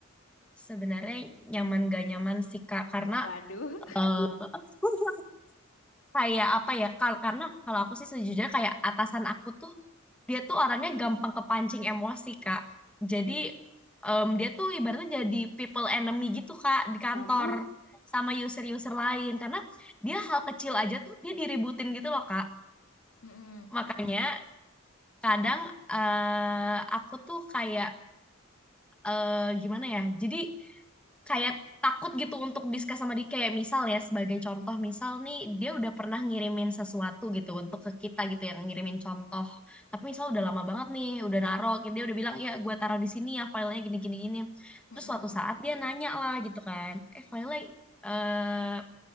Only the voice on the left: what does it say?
Waduh.
Waduh.
Mm-mm,
mm-mm.